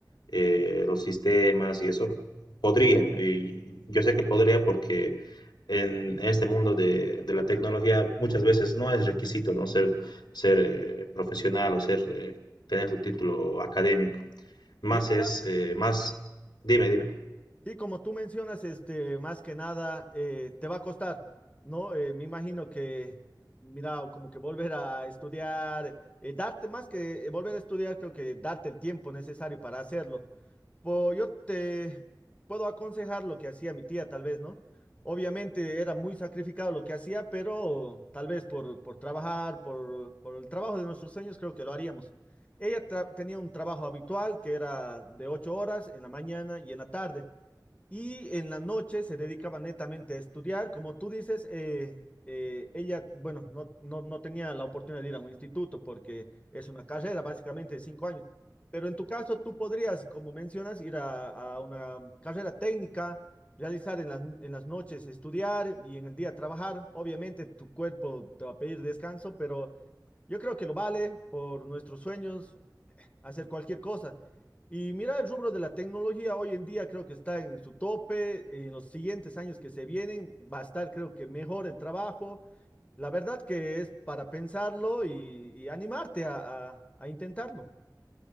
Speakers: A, on the left (about 85°); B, on the left (about 20°).
A: eh, los sistemas y eso. Podría, y yo sé que podría porque en este mundo de, de la tecnología muchas veces no es requisito, ¿no? Ser, ser eh, profesional o ser, eh, tener tu título académico. Más
B: Sí, mira.
A: es, eh, más, dime, dime.
B: Sí, como tú mencionas, este, más que nada, eh, te va a costar, ¿no? Eh, me imagino que, mira, como que volver a estudiar, eh, darte más que eh, volver a estudiar, creo que darte el tiempo necesario para hacerlo. Pues yo te puedo aconsejar lo que hacía mi tía, tal vez, ¿no? Obviamente era muy sacrificado lo que hacía, pero tal vez por, por trabajar, por, por el trabajo de nuestros sueños, creo que lo haríamos. Ella tra- tenía un trabajo habitual que era de ocho horas en la mañana y en la tarde. Y en la noche se dedicaba netamente a estudiar. Como tú dices, eh, eh, ella, bueno, no, no, no tenía la oportunidad de ir a un instituto porque es una carrera básicamente de cinco años. Pero en tu caso, tú podrías, como mencionas, ir a, a una carrera técnica, realizar en las, en las noches estudiar y en el día trabajar. Obviamente tu cuerpo te va a pedir descanso, pero yo creo que lo vale por nuestros sueños, hacer cualquier cosa. Y mira, el rubro de la tecnología hoy en día creo que está en su tope. En los siguientes años que se vienen va a estar, creo que, mejor el trabajo. La verdad que es para pensarlo y, y animarte a, a- a intentarlo.